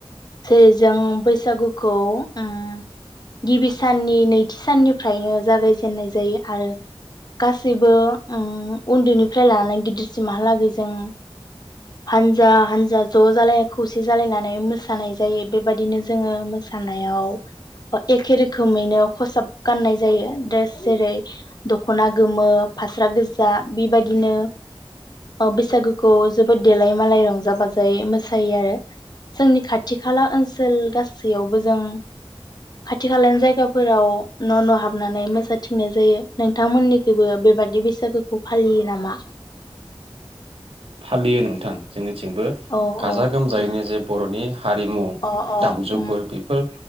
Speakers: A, on the left (about 45°); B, on the right (about 80°).
A: जेरै जे जों बैसागुखौ उम गिबि साननि नै थि साननिफ्रायनो जागायजेननाय जायो आरो गासैबो उम उन्दैनिफ्राय लानानै गिदिरसिमहालागै जों हानजा हानजा ज' जालायाख खौसे जालायनानै मोसानाय जायो बेबादिनो जोङो मोसानायाव ओ एखे रोखोमैनो खसाब गाननाय जायो द्रेस जेरै दख'ना गोमो फास्रा गोजा बिबायादिनो ओ बैसागुखौ जोबोद देलाय मालाय रंजा बाजायै मोसायो आरो। जोंनि खाथि खाला ओनसोल गासैयावबो जों खाथि खालानि जायगा फोराव न' न' हाबनानै मोसाथिंनाय जायो। नोंथांमोननिखौबो बेबादि बैसागोखौ फालियो नामा?
B: फालियो नोंथां जोंनि थिंबो
A: औ
B: गाजा
A: औ
B: गोमजायैनो
A: उम
B: जे बर'नि हारिमु
A: अ अ
B: दामजुफोर
A: उम
B: बेफोर